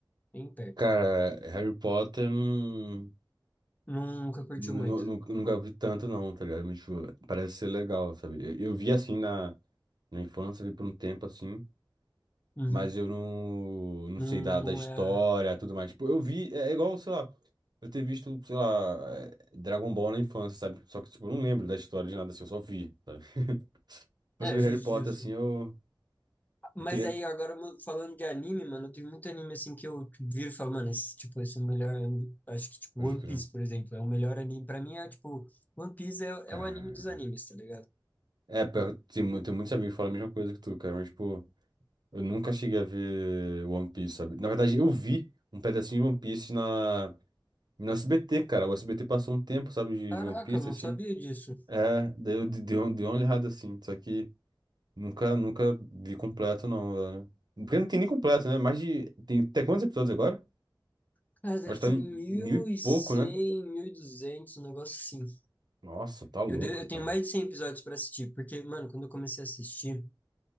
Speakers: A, on the left; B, on the right.
A: Nem perto.
B: Cara, Harry Potter... Hum...
A: Nunca curtiu
B: Nu-
A: muito.
B: nu- nu- Nunca vi tanto, não, tá ligado? Mas, tipo, parece ser legal, sabe? Eu eu vi assim na. na infância, vi por um tempo assim,
A: Uhum.
B: mas eu não, não
A: Não,
B: sei da, da
A: não
B: história,
A: é.
B: tudo mais. Tipo, eu vi, é é igual, sei lá, eu ter visto, sei lá, é, Dragon Ball na infância, sabe? Só que, tipo, eu não lembro da história de nada assim, eu só vi, sabe? <laughs> Mas
A: É,
B: se vi
A: justo,
B: Harry Potter
A: justo.
B: assim, eu,
A: Mas
B: eu teria.
A: aí, agora mu- falando de anime, mano, tem muito anime assim que eu viro e falo, mano, esse, tipo, esse é o melhor. anime. Acho que, tipo,
B: Hoje,
A: One
B: cara.
A: Piece, por exemplo, é o melhor anime. Pra mim é, tipo, One Piece é, é
B: Cara.
A: o anime dos animes, tá ligado?
B: É, pra- tem, mu- tem muitos amigos que falam a mesma coisa que tu, cara, mas, tipo, eu nunca cheguei a ver One Piece, sabe? Na verdade, eu vi um pedacinho de One Piece na. No SBT, cara, o SBT passou um tempo, sabe, de,
A: Caraca,
B: de One Piece,
A: eu não
B: assim.
A: sabia disso.
B: É, deu, de- deu, deu uma olhada assim, só que nunca, nunca vi completo não, velho. Porque não tem nem completo, né? Mais de... Tem até quantos episódios agora?
A: Cara, deve
B: Acho
A: estar
B: que tá em
A: em 1100,
B: mil e pouco, né?
A: duzentos um negócio assim.
B: Nossa, tá louco,
A: Eu, de- eu
B: cara.
A: tenho mais de 100 episódios pra assistir, porque, mano, quando eu comecei a assistir,